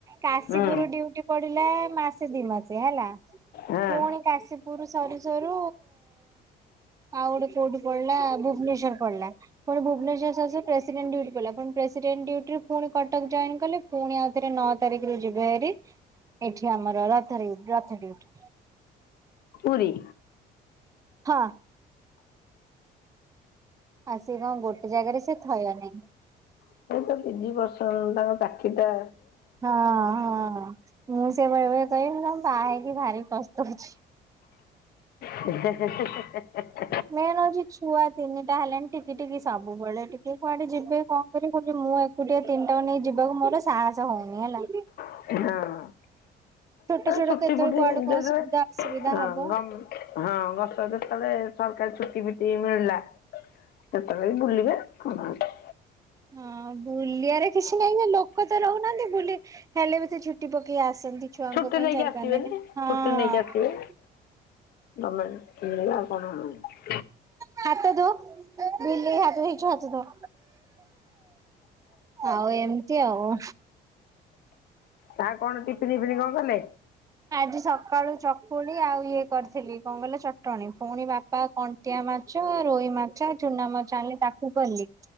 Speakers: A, on the right; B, on the left.
A: କାଶୀପୁର
B: ହୁଁ
A: ଡିଉଟି ପଡିଲା ମାସେ ଦି ମାସେ ହେଲା।
B: ହଁ
A: ପୁଣି କାଶୀପୁର ସରୁ ସରୁ ରୁ ଆଉ ଗୋଟେ କୋଉଠି ପଢିଲା ଭୁବନେଶ୍ୱର ପଢିଲା। ପୁଣି ଭୁବନେଶ୍ୱର ତ ସେ ପ୍ରେସିଡେଣ୍ଟ ଡିଉଟିରେ ପୁଣି କଟକ ଜଏନ୍ କଲେ। ପୁଣି ଆଉଥରେ ନଅ ତାରିଖରେ ଯିବେ ହେରି ଏଠି ଆମର ରଥ ରଥ ଡିଉଟି।
B: ପୁରୀ।
A: ହଁ। ଆ ସେ କଣ ଗୋଟେ ଜାଗାରେ ସେ ଥୟ ନାହିଁ।
B: ତିନି ବର୍ଷ ହେଲା ତାଙ୍କ ଚାକିରିଟା
A: ହଁ ହଁ। ମୁଁ ସେୟା ବେଳେ ବେଳେ କହେ ତମକୁ ବାହା ହେଇକି ଭାରିକଷ୍ଟ ହଉଛି।
B: ହେ ହେ ହେ ହେ ହେ
A: ମେନ ହଉଛି ଛୁଆ ତିନିଟା ହେଲାଣି ଟିକିଟିକି ସବୁବେଳେ ଟିକେ କୁଆଡେ ଯିବେ କଣ କରବେ। ମୁଁ ଏକୁଟିଆ ତିନିଟାକୁ ନେଇ ଯିବାକୁ ମୋର ସାହସ ହଉନି ହେଲା।
B: <unintelligible>
A: ଛୋଟ ଛୋଟ
B: ଛୁଟି
A: କେତେବେଳେ
B: ଫୁଟିରେ
A: କୁଆଡେ କଣ ସୁବିଧା ଅସୁବିଧା
B: ହଁ <unintelligible>
A: ହବ।
B: ଯେତେଳେ ସରକାର ଛୁଟି ଫୁଟି ମିଳିଲା ସେତେବେଳେ ବି ବୁଲିବେ କଣ ଅଛି?
A: ହଁ ବୁଲିବାରେ କିଛି ନାହିଁ ଯେ, ଲୋକ ତ ରହୁନାହାନ୍ତି ବୁଲି ହେଲେ ବି ସେ ଛୁଟି ପକେଇକି ଆସନ୍ତି। ଛୁଆଙ୍କ
B: ଛୁଟି
A: ପାଇଁ
B: ନେଇକି
A: ଚାରି
B: ଆସିବେନି,
A: ପାଞ୍ଚ ଦିନ ହଁ।
B: ଛୁଟି ନେଇକି ଆସିବେ। ଗଭର୍ନମେଣ୍ଟ୍ <unintelligible> <inaudible>
A: ହାତ ଧୋ ବିଲେଇ ହାତ ହେଇଛୁ, ହାତଧୋ, ଆଉ ଏମତି ଆଉ
B: ତା କଣ ଟିଫିନ ଫିପିନି କଣ ଦେଲେ?
A: ଆଜି ସକାଳୁ ଚକୁଳି ଆଉ ଇଏ କରିଥିଲି କଣ କହିଲ ଚଟଣୀ ପୁଣି ବାପା କଣ୍ଟିଆ ମାଛ, ରୋହି ମାଛ, ଚୁନାମାଛ, ଆଣିଲେ ତାକୁ କଲି।